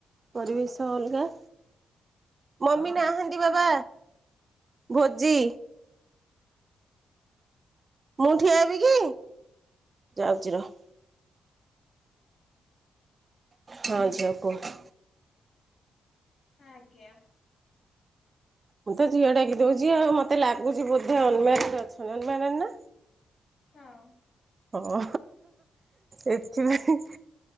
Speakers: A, on the right; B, on the left.
A: ପରିବେଶ ଅଲଗା। ମମି ନାହାନ୍ତି
B: ହଁ
A: ବାବା ଭୋଜି। ମୁଁ ଠିଆ ହେବ କି ଯାଉଚି ରହ। ହଁ ଝିଅ କୂଅ।
B: ଆଜ୍ଞା।
A: ମୁଁ ତ ଝିଅଡକିଉଚି ଆଉ ମତେ ଲାଗୁଛି ବୋଧେ ଅନମ୍ୟାରେଡ ଅଛନ୍ତି ଅନମ୍ୟାରେଡ ନା?
B: ହଁ।
A: ହଁ ଏଥିପାଇଁ